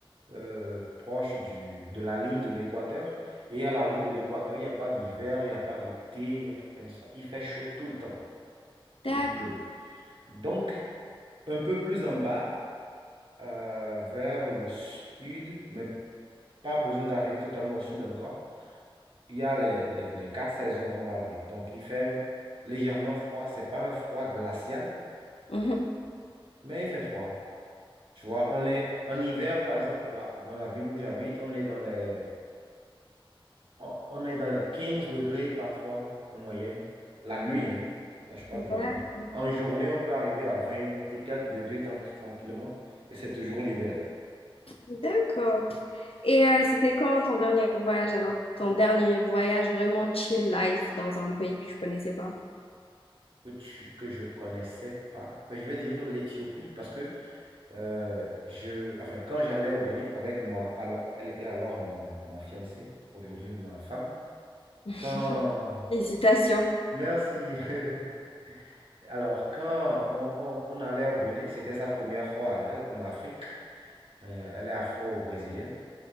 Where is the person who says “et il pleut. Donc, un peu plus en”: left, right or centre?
Right